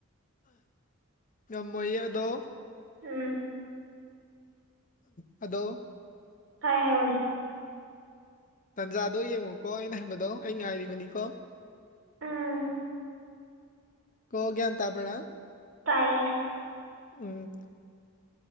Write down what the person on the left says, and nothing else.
ꯉꯝꯃꯣꯏꯌꯦ ꯑꯗꯣꯝ
ꯑꯗꯣ
ꯇꯟꯖꯥꯗꯣ ꯌꯦꯡꯉꯨꯀꯣ ꯑꯩꯅ ꯍꯥꯏꯕꯗꯣ ꯑꯩ ꯉꯥꯏꯔꯤꯕꯅꯤꯀꯣ
ꯀꯣ ꯒ‍꯭ꯌꯥꯟ ꯇꯥꯕ꯭ꯔꯥ
ꯎꯝ